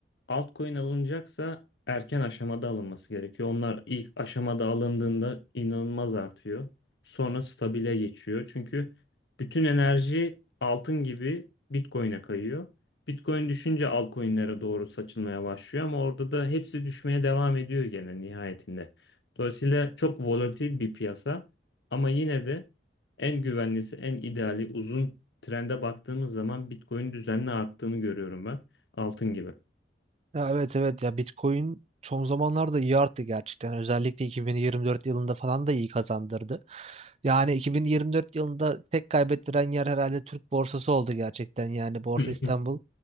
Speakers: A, on the left; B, on the right.
A: Altcoin alınacaksa erken aşamada alınması gerekiyor. Onlar ilk aşamada alındığında inanılmaz artıyor. Sonra stabile geçiyor. Çünkü bütün enerji altın gibi Bitcoin'e kayıyor. Bitcoin düşünce altcoin'lere doğru saçılmaya başlıyor ama orada da hepsi düşmeye devam ediyor gene nihayetinde. Dolayısıyla çok volatil bir piyasa ama yine de en güvenlisi, en ideali uzun Trende baktığımız zaman Bitcoin düzenli arttığını görüyorum ben. Altın gibi.
B: Ya evet evet ya Bitcoin son zamanlarda iyi arttı gerçekten. Özellikle 2024 yılında falan da iyi kazandırdı. Yani 2024 yılında tek kaybettiren yer herhalde Türk borsası oldu gerçekten yani Borsa
A: Hı
B: İstanbul.
A: hı.